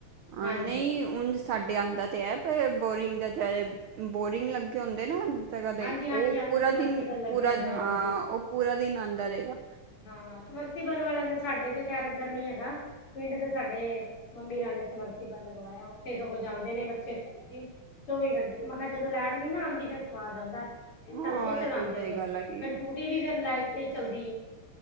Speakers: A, on the right (about 75°); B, on the left (about 50°).
A: ਹਾਂ
B: ਹਾਂਜੀ
A: ਨਹੀਂ। ਉਝ ਸਾਡੇ ਆਉਂਦਾ ਤਾਂ ਹੈ ਪਰ ਬੋਰਿੰਗ ਦਾ ਬੋਰਿੰਗ ਲੱਗੇ ਹੁੰਦੇ ਨਾ। ਜਗ੍ਹਾ
B: ਹਾਂਜੀ
A: ਤੇ
B: ਹਾਂਜੀ
A: ਉਹ
B: ਹਾਂਜੀ
A: ਪੂਰਾ
B: ਸਮਰਸੀਬਲ
A: ਦਿਨ
B: ਲੱਗੇ
A: ਪੂਰਾ
B: ਹੁੰਦੇ ਨੇ
A: ਹਾਂ
B: ਹਾਂਜੀ
A: ਉਹ ਪੂਰਾ ਦਿਨ ਆਉਂਦਾ ਹੈਗਾ।
B: ਹਾਂ ਸਮਰਸੀਬਲ ਵਾਲਾ ਦੇ ਸਾਡੇ ਤੇ ਖੈਰ ਇਧਰ ਨਹੀਂ ਹੈਗਾ। ਪਿੰਡ ਤੇ ਸਾਡੇ ਮੰਮੀ ਹੁਣਾ ਨੇ ਸਮਰਸੀਬਲ ਲਗਵਾਇਆ ਉੱਥੇ ਸਗੋਂ ਜਾਂਦੇ ਨੇ ਬੱਚੇ ਸਾਰਾ ਦਿਨ। ਚੌਵੀ ਘੰਟੇ ਮੈਂ ਕਿਹਾ ਜਦੋਂ ਲਾਈਟ ਨਹੀਂ ਨਾ ਆਉਂਦੀ ਫਿਰ ਸਵਾਦ ਆਉਂਦਾ ਐ। ਫਿਰ
A: ਹਾਂ,
B: ਨਲਕੇ ਚਲਾਉਂਦੇ
A: ਇਹ ਤੇ ਸਹੀ
B: ਨੇ
A: ਗੱਲ ਹੈਗੀ
B: ਫਿਰ
A: ਏ।
B: ਟੂਟੀ ਵੀ ਫਿਰ ਲਾਈਟ ਤੇ ਹੀ ਚੱਲਦੀ ਐ।